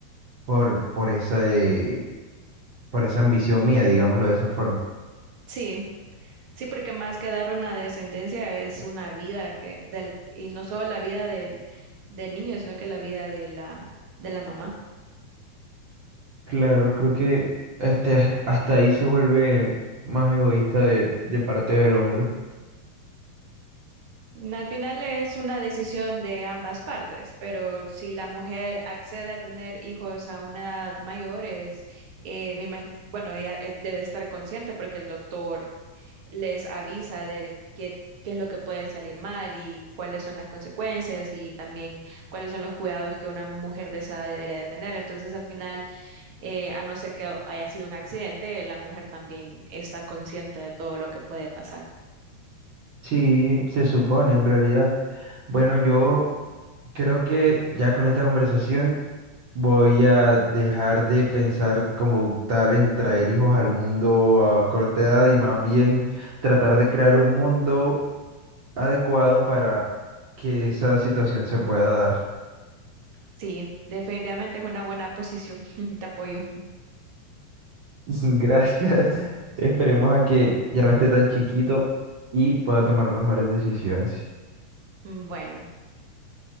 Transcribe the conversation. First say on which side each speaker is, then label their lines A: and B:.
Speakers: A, on the right; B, on the right.
A: por, por esa, eh, por esa ambición mía, digámoslo de esa forma.
B: Sí. Sí, porque más que dar una descendencia es una vida que del, y no solo la vida del, del niño, sino que la vida de la, de la mamá.
A: Claro, creo que este, hasta ahí se vuelve más egoísta de, de parte del hombre.
B: Al final es una decisión de ambas partes, pero si la mujer accede a tener hijos a una edad mayor, es, eh, me imagi- bueno, ella eh, debe estar consciente porque el doctor les avisa de qué, qué es lo que puede salir mal y cuáles son las consecuencias y también cuáles son los cuidados que una mujer de esa edad debería de tener. Entonces, al final eh, a no ser que haya sido un accidente, la mujer también está consciente de todo lo que puede pasar.
A: Sí, se supone en realidad. Bueno, yo creo que ya con esta conversación voy a dejar de pensar como tal en traer hijos al mundo a corta edad y más bien tratar de crear un mundo adecuado para que esa situación se pueda dar.
B: Sí, definitivamente es una buena posición. <laughs> Te apoyo.
A: <laughs> Gracias. Esperemos a que ya no esté tan chiquito y pueda tomar mejores decisiones.
B: Mm, Bueno,